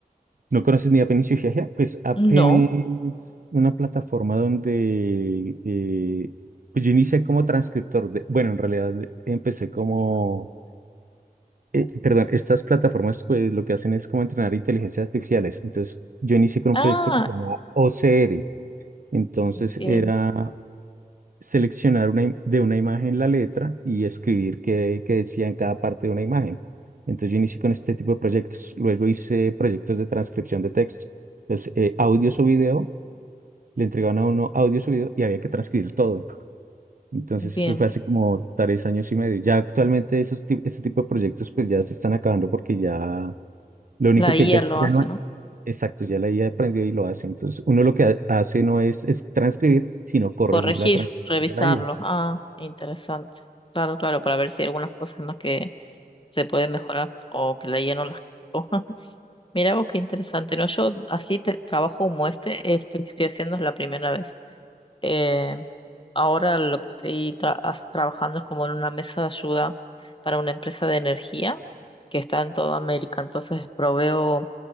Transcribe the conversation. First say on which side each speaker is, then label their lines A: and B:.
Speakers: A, on the right; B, on the left.
A: ¿No conoces ni Apenas y Giagia? Pues Apenas
B: No.
A: es una plataforma donde eh, pues yo inicié como transcriptor de, bueno, en realidad empecé como, eh, perdón, estas plataformas pues lo que hacen es como entrenar inteligencias artificiales. Entonces yo inicié con
B: Ah,
A: un proyecto que se llamaba OCR. Entonces
B: bien,
A: era seleccionar una, im- de una imagen la letra y escribir qué, qué decía en cada parte de una imagen. Entonces yo inicié con este tipo de proyectos. Luego hice proyectos de transcripción de texto. Entonces, eh, audios o video, le entregaban a uno audios o video y había que transcribir todo. Entonces
B: bien.
A: eso fue hace como tres años y medio. Ya actualmente esos, ti- este tipo de proyectos pues ya se están acabando porque ya lo único
B: La
A: que
B: IA
A: hay que hacer,
B: lo
A: ya
B: hace,
A: no,
B: ¿no?
A: exacto, ya la IA aprendió y lo hace. Entonces uno lo que ha- hace no es, es transcribir, sino corregir
B: corregir,
A: la transcripción
B: revisarlo.
A: de la IA.
B: Ah, interesante. Claro, claro, para ver si hay algunas cosas en las que se puede mejorar o que le lleno las hojas. <laughs> Mira vos qué interesante, ¿no? Yo así te, trabajo como este, este que estoy haciendo es la primera vez. Eh, ahora lo que estoy tra- as- trabajando es como en una mesa de ayuda para una empresa de energía que está en toda América. Entonces proveo